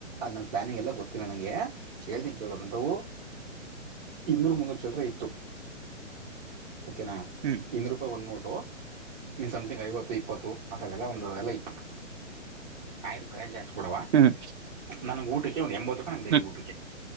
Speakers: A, on the right; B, on the right.
A: ನಗ್ ಎಲ್ಲ ಗೊತ್ತಿಲ್ಲ ನಂಗೆ ಹೇಳ್ತನ ಕೇಳೋಣಾವು ಇನ್ನೂರು ಮುನ್ನೂರು ಚಲರೆ ಇತ್ತು ಓಕೆನಾ
B: ಹ್ಮ್
A: ಇಂದು ರೂಪಾಯಿ ಒಂದು ನೋಟು ನಿನ್ ಸಮಥಿಂಗ್ ಐವತ್ತು ಇಪ್ಪತ್ತು ಆತರದೆಲ್ಲ ಒಂದು ಎಲ್ಲ ಇತ್ತು ಆಯ್ತು ಕರೆಂ ಕೊಡವ
B: ಹ್ಮ್
A: ನನಗೆ ಊಟಕ್ಕೆ ಒಂದು ಎಂಬತ್ತು ರೂಪಾಯಿ ನಂಗೆ ಬಗದ
B: ಹ್ಮ್
A: ಊಟಕ್ಕೆ